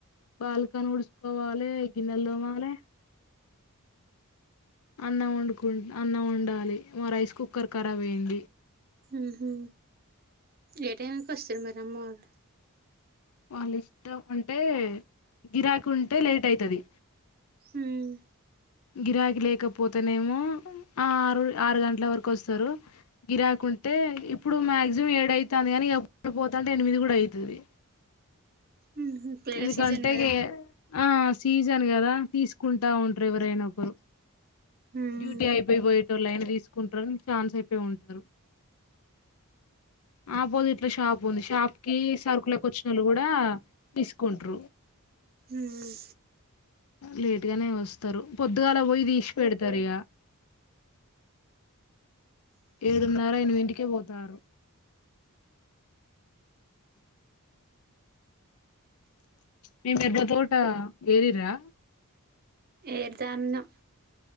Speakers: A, on the left; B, on the right.
A: బాల్కని ఉడ్చుకోవాలి గిన్నెలు దోమ్మాలే అన్నం వండుకు అన్నం వండాలి మా రైస్ కుక్కర్ ఖరాబబ్యయింది
B: ఉహు ఏ టైకి వస్తారు మరి అమ్మవాళ్ళు
A: వాళ్ళ ఇష్టం అంటే గిరాకు ఉంటే లేట్ అయితది
B: ఉమ్
A: గిరాకి లేకపోతేనేమో ఆ ఆరు ఆరు గంటల వరకు వస్తారు గిరాకి ఉంటే ఇప్పుడు మాక్సిమం ఏడవుతుంది కాగాని పోను పోతుంటే ఎనిమిది కూడా అయితది
B: ఉహు పెళ్ళిళ్ళ
A: ఎందుకంటే
B: సీజన్ కదా
A: ఇగ ఆ సీజన్ కదా తీసుకుంటా ఉంటరు ఎవరైనా ఒకరు
B: ఉమ్
A: డ్యూటీ అయిపోయిపోయేటోళ్ళైైన తీసుకుంటారుని ఛాన్స్ అయిపోయి ఉంటారు ఆపోజిట్ లో షాప్ ఉంది షాప్ కి సరుకు కి వచ్చిన వాళ్ళు కూడా ఇసుకుంటు
B: ఉమ్
A: లేట్గానే వస్తారు పొద్దుగా అలా పోయి తీసి పెడతారు ఇక ఏడున్నర అయిన ఇంటికే పోతారు మీం ఎద్ద తోట ఏరరా
B: ఏర్దాను